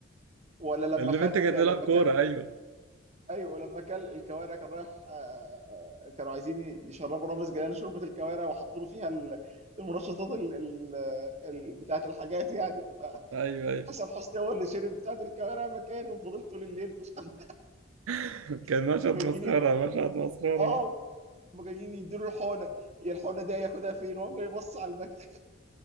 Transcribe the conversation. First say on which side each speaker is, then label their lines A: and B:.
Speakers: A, on the right; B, on the right.
A: ولا لما
B: اللي
A: خد
B: بنت كانت
A: لما
B: تلعب كوره
A: كل
B: ايوه
A: ايوه لما كل الكوارع كان رايح آه، آه، كانوا عايزين يشربوا رامز جلال شوربه الكوارع وحطوا له فيها ال- المنشطات ال... ال... ال... بتاعه الحاجات يعني
B: ايوه
A: فحسن
B: ايوه
A: حسني هو اللي شرب بتاعه الكوارع مكانه وفضلت طول الليل في الحمام
B: <laughs> كان
A: <laughs>
B: مشهد
A: وجايين
B: مسخره
A: يد...
B: مشهد مسخره
A: اه هم جايين يديله الحونه هي الحونه دي هياخدها فين وقام جاي يبص على المكان